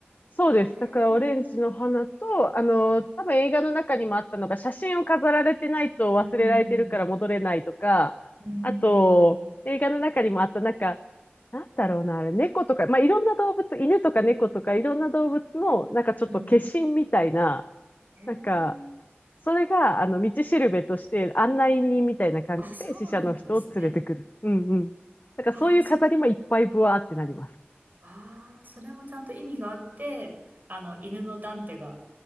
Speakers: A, on the left; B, on the right.
A: そうです。
B: へえ。
A: だから、オレンジの花と、あの、多分映画の中にもあったのが、写真を飾られてないと忘れられてるから戻れないとか、
B: うんうんうん。うんうんうんうん
A: あと、映画の中にもあった、なんか、なんだろうな、あれ、猫とか、まあ、いろんな動物、犬とか猫とか、いろんな動物の、なんかちょっと化身みたいな、
B: うん。えー、
A: なんか、それが、あの、道しるべとして、案内人みたいな感じで、
B: あ、そうなんですね。
A: 死者の人を連れてくる。うんうん。なんか、
B: ああ、
A: そういう飾りもいっぱいブワーってなります。
B: そこ。ああ、それもちゃんと意味があって、あの、犬のダンテが